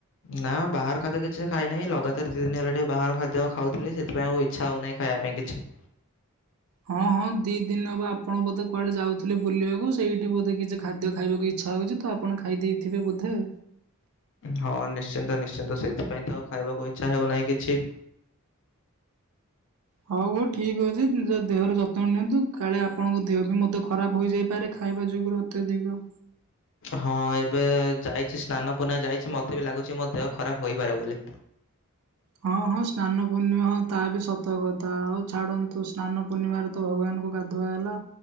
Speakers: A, on the left (about 60°); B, on the right (about 85°).
A: ନା ବାହାର ଖାଦ୍ୟ କିଛି ଖାଇନାହିଁ। ଲଗାତାର ଦିଇଦିନ ହେଲା ଟିକେ ବାହାର ଖାଦ୍ୟ ଖାଉଥିଲି। ସେଥିପାଇଁ ଆଉ ଇଚ୍ଛା ହେଉନାହିଁ। ଖାଇବା ପାଇଁ କିଛି।
B: ହଁ, ହଁ ଦିଇଦିନ ହବ ଆପଣ ବୋଧେ କୁଆଡେ ଯାଉଥିଲେ ବୁଲିବାକୁ। ସେଇଠି ବୋଧେ କିଛି ଖାଦ୍ୟ ଖାଇବାକୁ ଇଚ୍ଛା ଲାଗୁଛି। ତ ଆପଣ ଖାଇ ଦେଇଥିବେ ବୋଧେ ଆଉ।
A: ହଁ, ନିଶ୍ଚିନ୍ତ, ନିଶ୍ଚିନ୍ତ ସେଇଥିପାଇଁ ତ ଆଉ ଖାଇବାକୁ ଇଚ୍ଛା ହେଉନାହିଁ କିଛି।
B: ହଉ ହଉ ଠିକ୍ ଅଛି। ନିଜ ଦେହର ଯତ୍ନ ନିଅନ୍ତୁ କାଳେ ଆପଣଙ୍କ ଦେହ ବି ମଧ୍ୟ ଖରାପ ହୋଇଯାଇପାରେ ଖାଇବା ଯୋଗୁଁ। ଅତ୍ୟଧିକ।
A: ହଁ, ଏବେ ଯାଇଛି ସ୍ନାନ ପୂର୍ଣ୍ଣିମା ଯାଇଛି। ମୋତେ ବି ଲାଗୁଛି ମୋ ଦେହ ଖରାପ ହୋଇପାରେ ବୋଲି।
B: ହଁ, ହଁ ସ୍ନାନ ପୂର୍ଣ୍ଣିମା। ହଁ ତାହା ବି ସତକଥା। ଆଉ ଛାଡନ୍ତୁ ସ୍ନାନ ପୂର୍ଣ୍ଣିମାର ତ ଭଗବାନଙ୍କୁ ଗାଧୁଆ ହେଲା।